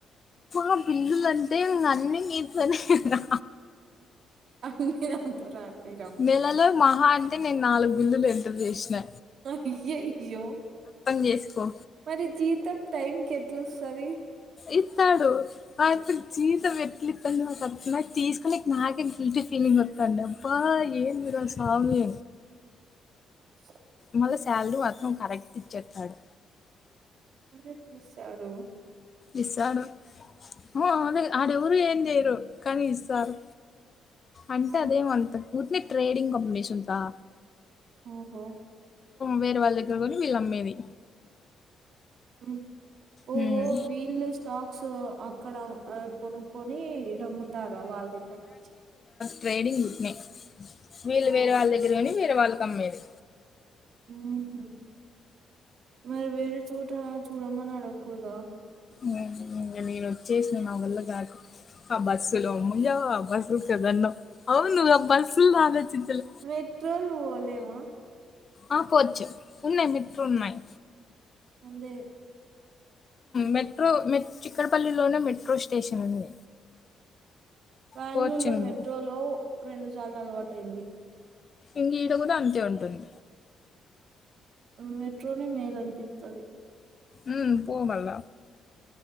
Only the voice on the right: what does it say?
అన్ని నాతో రాసిర్రు
ఆ అయ్యయ్యో
మరి జీతం టైం కి ఎట్లా వస్తది
చ్
అదే పిలుస్తాడు
ఆ
ఓహో
ఉ ఓహో
వీళ్ళ స్టాక్స్ అక్కడ కొనుక్కొని వీళ్లు తేస్తార వాళ్ళ దగ్గర నుంచి
ఓ
ఉ హు మరి వేరు చోట చూడమని అడగకూడదా
మెట్రో లో పోవాల్నేమో
అంతే
బెంగళూరు
లో
మెట్రో లో రెండు సార్లు అలవాటుయింది
మెట్రోనే మేలు అనిపిస్తుంది